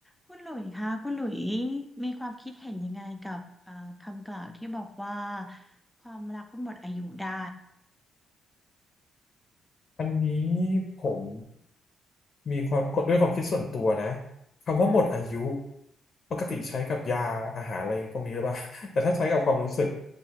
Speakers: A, in the centre; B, on the left.
A: คุณหลุยคะคุณหลุยมีความคิดเห็นยังไงกับเอ่อคำกล่าวที่บอกว่าความรักมันหมดอายุได้
B: อันนี้ผมมีความกดด้วยความคิดส่วนตัวนะคำว่าหมดอายุ
A: ค่ะ
B: ปกติใช้กับยาอาหารอะไรพวกนี้หรือเปล่า <laughs> แต่ถ้าใช้กับความรู้สึก